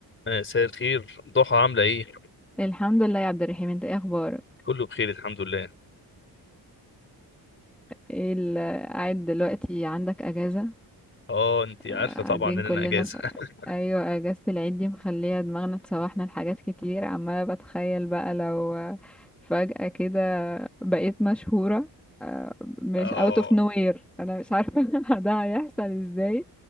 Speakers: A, on the left (about 30°); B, in the centre.
A: مساء الخير ضحى عاملة ايه؟
B: الحمد لله يا عبد الرحيم انت ايه اخبارك
A: كله بخير الحمد لله
B: ايه ال- قاعد دلوقتي عندك اجازة
A: اه انتي
B: آه،
A: عارفة طبعا
B: قاعدين
A: ان
B: كلنا
A: انا اجازة
B: ف...
A: <laughs>
B: ايوه اجازة العيد دي مخلية دماغنا تسوحنا لحاجات كتير عمالة بتخيل بقى لو آه، فجأة كده بقيت مشهورة آه، مش
A: اه
B: out of nowhere انا مش عارفة <laughs> ده هيحصل ازاي